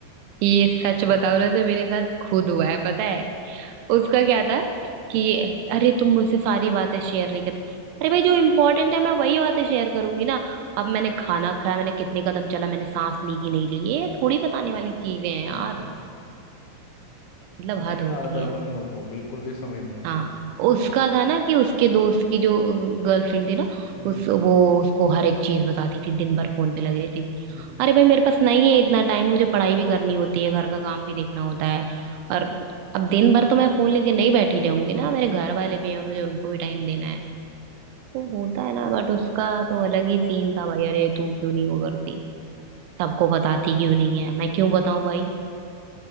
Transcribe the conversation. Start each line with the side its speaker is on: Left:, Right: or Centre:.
Right: ये सच
Left: हाँ,
Right: बताओ ना तो मेरे साथ खुद हुआ है पता है उसका क्या था कि अरे तुम मुझसे सारी बातें शेयर नहीं करती अरे भाई जो इम्पोर्टेंट है मैं वही बातें शेयर करूंगी ना अब मैंने खाना खाया मैंने कितने कदम चला मैंने सांस ली कि नहीं ली ये थोड़ी बताने वाली चीजें हैं
Left: वैसे
Right: यार मतलब हद
Left: नहीं
Right: होती
Left: आता
Right: है
Left: बंदों को बिल्कुल भी समझ नहीं
Right: हाँ
Left: आता
Right: उसका था ना कि उसके दोस्त की जो गर्लफ्रेंड थी ना
Left: हम्म
Right: उस वो उसको हर एक चीज बताती थी दिन भर फोन पे लगी रहती थी
Left: लो,
Right: अरे भाई मेरे पास नहीं है इतना टाइम मुझे पढ़ाई भी करनी होती है घर का काम भी देखना होता है और अब दिन भर तो मैं फोन लेके नहीं बैठी रहूंगी ना मेरे घर वाले भी हैं मुझे उनको भी टाइम देना है तो होता है ना बट उसका तो अलग ही सीन था भाई अरे तू क्यों नहीं वो करती सबको बताती क्यों नहीं है मैं क्यों बताऊं भाई